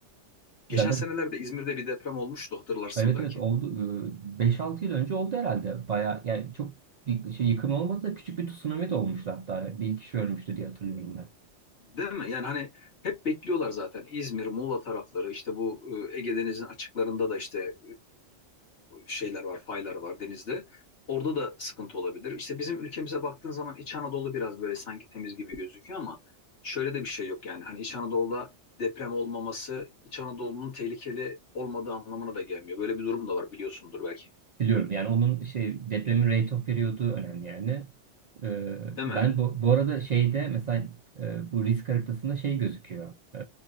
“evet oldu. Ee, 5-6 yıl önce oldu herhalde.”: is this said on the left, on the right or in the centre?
Right